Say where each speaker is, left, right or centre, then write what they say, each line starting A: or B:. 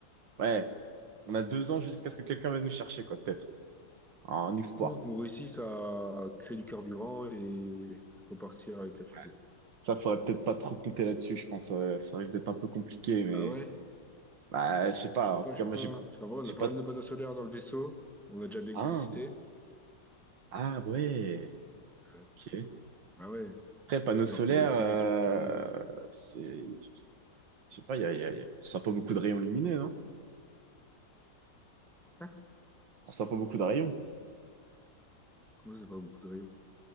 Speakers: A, on the right; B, in the centre.
A: Ouais, on a deux ans jusqu'à ce que quelqu'un vienne nous chercher, quoi, peut-être. Un espoir.
B: Ou qu'on réussisse à à créer du carburant et repartir avec la fusée.
A: Ouais. Ça, faudrait peut-être pas trop compter là-dessus, je pense. euh, ça risque d'être un peu compliqué, mais...
B: Ah ouais?
A: Bah, je sais pas.
B: Je sais pas,
A: En tout
B: je
A: cas,
B: sais
A: moi,
B: pas.
A: j'ai,
B: Parce qu'en vrai,
A: j'ai
B: on a
A: pas.
B: pas mal de panneaux solaires dans le vaisseau. On a déjà de l'électricité.
A: Ah, ah ouais.
B: Euh,
A: Ok.
B: Ah ouais,
A: Après, panneau solaire,
B: genre faut retirer
A: euh,
B: les trucs qui...
A: c'est, je sais pas. il Y a, y a, y a- on sent pas beaucoup de rayons lumineux, hein.
B: <laughs>
A: On sent pas beaucoup de rayons.
B: Comment ça, c'est pas beaucoup de rayons?